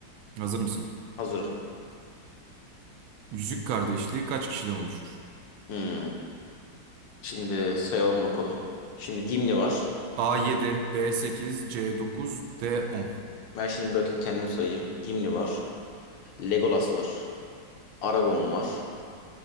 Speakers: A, on the right; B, on the left.
A: Hazır mısın?
B: Hazırım.
A: Yüzük Kardeşliği kaç kişiden oluşur?
B: Hmm. Şimdi sayalım bakalım. Şimdi Gimli var.
A: a yedi, b sekiz, c dokuz, d on.
B: Ben şimdi bir bakayım kendim sayayım. Gimli var. Legolas var. Aragorn var.